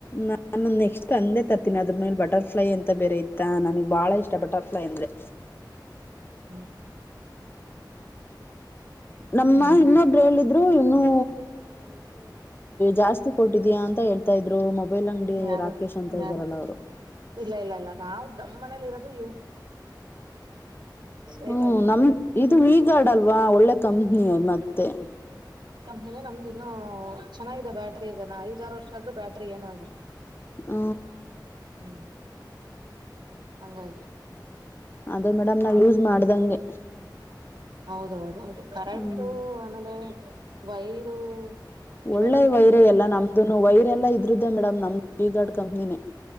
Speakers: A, on the left; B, on the right.
A: ನಾನು ನೆಕ್ಸ್ಟ್ ತಂದೇ ತರ್ತೀನಿ ಅದ್ರ ಮೇಲೆ ಬಟರ್ಫ್ಲೈ ಅಂತ ಬೇರೆ ಇತ್ತಾ ನನಗ್ ಬಾಳ ಇಷ್ಟ. ಬಟರಫ್ಲೈ ಅಂದ್ರೆ.
B: ಹ್ಮ್
A: ನಮ್ಮ
B: ಹ್ಮ್
A: ಇನ್ನೊಬ್ರು
B: ಹ್ಮ್
A: ಹೇಳಿದ್ರು ಇನ್ನೂ. ಜಾಸ್ತಿ ಕೊಟ್ಟಿದಯಾ ಅಂತ ಹೇಳ್ತಾ ಇದ್ರು. ಮೊಬೈಲ್ ಅಂಗಡಿ
B: ಯಾರು
A: ರಾಕೇಶ್ ಅಂತ
B: ಯಾರು
A: ಇದ್ದಾರಲ್ಲ ಅವರು
B: ಇಲ್ಲ ಇಲ್ಲ ಇಲ್ಲ ನಾವು ನಮ್ಮ ಮನೇಲಿ ಇರೋದು ಇವ.
A: ಹ್ಮ್
B: ರೇಟ್ ಆಗಿದೆ
A: ನಮ್ದ ಇದು ವಿ ಗಾರ್ಡ್ ಅಲ್ವಾ ಒಳ್ಳೆ ಕಮ. ನೀ ಮತ್ತೆ.
B: ತನೆ ನಮ್ದು ಇನ್ನ ಚೆನ್ನಾಗಿದೆ ಬ್ಯಾಟ್ರಿ ಈಗ ನಾ ಐದಾರು ವರ್ಷ ಆದ್ರೂ ಬ್ಯಾಟ್ರ ಏನು ಆಗಿಲ್ಲ.
A: ಹ.
B: ಹ್ಮ್ ಹಂಗಾಗಿ.
A: ಅದೇ ಮೇಡಮ್ ನಾವು ಯೂಸ್ ಮಾಡ್ದಂಗೆ.
B: ಹೌದೌದೌದು ಕರೆಂಟು
A: ಹ್ಮ್
B: ಆಮೇಲೆ ವೈರು. ಇವೆಲ್ಲಾ
A: ಒಳ್ಳೆ
B: ನೋಡ್ಕೋಬೇಕಿತ್ತು
A: ವೈರ ಎಲ್ಲ ನಮ್ದುನು ವೈರ್ ಎಲ್ಲ ಇದ್ರದ್ದೇ ಮೇಡಮ್ ನಮ್ದ ವಿ ಗಾರ್ಡ್ ಕಂಪ್ನಿನೇ.